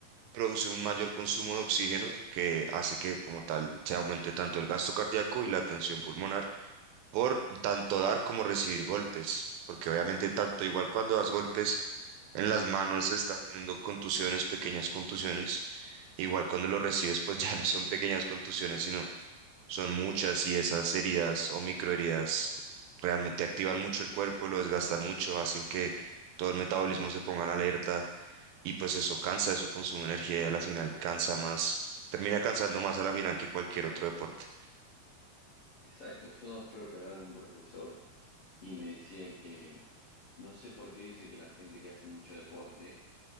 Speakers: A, on the right; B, on the left.
A: produce un mayor consumo de oxígeno que hace que como tal se aumente tanto el gasto cardíaco y la tensión pulmonar por tanto dar como recibir golpes, porque obviamente tanto igual cuando das golpes en las manos estás teniendo contusiones, pequeñas contusiones, igual cuando lo recibes pues <laughs> ya no son pequeñas contusiones, sino son muchas y esas heridas o microheridas realmente activan mucho el cuerpo, lo desgastan mucho, hacen que todo el metabolismo se ponga en alerta y pues eso cansa, eso consume energía y a la final cansa más, termina cansando más a la final que cualquier otro deporte.
B: Exacto, yo creo que hablaba con un profesor y me decía que no sé por qué dice que la gente que hace mucho deporte